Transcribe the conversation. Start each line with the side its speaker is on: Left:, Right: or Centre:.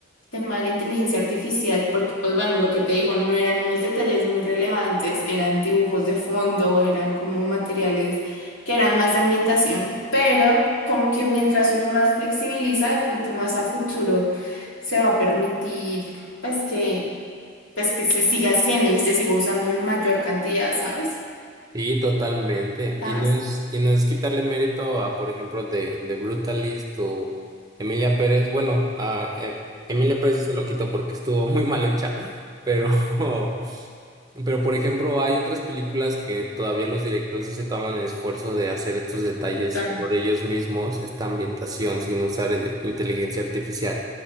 Left: tema de la inteligencia artificial, porque pues bueno, lo que te digo, no eran unos detalles muy relevantes, eran dibujos de fondo, eran como materiales que eran más de ambientación, pero como que mientras uno más flexibiliza, de pronto más a futuro se va a permitir pues que, pues que se siga haciendo y se siga usando en mayor cantidad, ¿sabes?
Right: Sí, totalmente.
Left: Está-
Right: Y no
Left: está-
Right: es, y no es quitarle mérito a, por ejemplo, de, de Brutalist o Emilia Pérez. Bueno, a eh, Emilia Pérez sí se lo quito porque estuvo muy mal hecha, pero <laughs> Pero, por ejemplo, hay otras películas que todavía los directores sí se toman el esfuerzo de hacer estos detalles
Left: está-
Right: por ellos mismos, esta ambientación sin usar eh, inteligencia artificial.